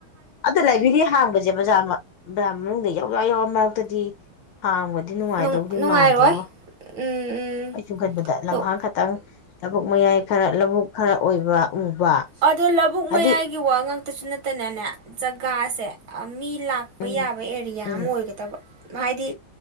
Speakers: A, on the left; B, on the right.
A: ꯑꯗ ꯂꯥꯏꯕ꯭ꯔꯦꯔꯤ ꯍꯥꯡꯕꯁꯦ ꯕꯖꯥꯔ ꯕꯖꯥꯔ ꯃꯅꯨꯡꯗ ꯌꯥꯎ ꯌꯥꯎ ꯌꯥꯎꯔ ꯃꯔꯛꯇꯗꯤ ꯍꯥꯡꯕꯗꯤ ꯅꯨꯡꯉꯥꯏꯗꯧꯗꯤ
B: ꯅꯨꯡ ꯅꯨꯡꯉꯥꯏꯔꯣꯏ
A: ꯃꯥꯟꯗꯦꯀꯣ
B: ꯎꯝ ꯎꯝ
A: ꯑꯩ ꯆ ꯈꯟꯕꯗ
B: ꯑꯗꯣ
A: ꯂꯝꯍꯥꯡ ꯈꯇꯪ ꯊꯕꯛ ꯃꯌꯥꯏ ꯈꯔ ꯂꯧꯕꯨꯛ ꯈꯔ ꯑꯣꯏꯕ ꯎꯕ
B: ꯑꯗꯣ ꯂꯧꯕꯨꯛ
A: ꯍꯥꯏꯗꯤ
B: ꯃꯌꯥꯏꯒꯤ ꯋꯥ ꯉ ꯇꯁꯨ ꯅꯠꯇꯅꯅꯦ ꯖꯒꯥꯁꯦ ꯃꯤ ꯂꯥꯛꯄ
A: ꯎꯝ
B: ꯌꯥꯕ ꯑꯦꯔꯤꯌꯥ
A: ꯎꯝ
B: ꯑꯃ ꯑꯣꯏꯒꯗꯕ ꯍꯥꯏꯗꯤ